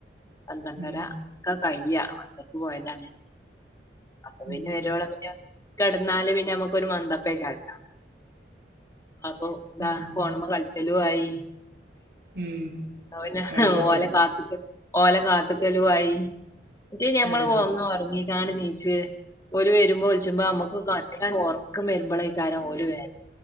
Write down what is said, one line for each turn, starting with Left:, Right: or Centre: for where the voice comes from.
Left: പന്ത്രണ്ടര
Right: ഉം
Left: ക്ക കയ്യാ പത്തരക്ക് പോയതാണ് അപ്പൊ
Right: ഉം
Left: പിന്നെ വരോളം പറ്റോ കിടന്നാല് പിന്നെ നമുക്കൊ ഒരു മന്തപ്പേയ്ക്കാരം അല്ലേ അപ്പൊ ഇന്താ
Right: ഉം
Left: പോണമ്മെ കളിച്ചലും ആയി
Right: ഉം
Left: പിന്നെ
Right: രണ്ടു ആയി
Left: ഓല കാത്തക്കലും ഓല കാത്തക്കലായി മറ്റേ ഞമ്മള്
Right: ആ അതെ
Left: ഒന്നും ഒറങ്ങിക്കാണ്ട് നീച്ച് ഓല് വരുമ്പോ വിളിച്ച്പോ നമ്മുക്ക് കാ ഉറക്കം വരുമ്പോളേക്കാരം ഓലി വേ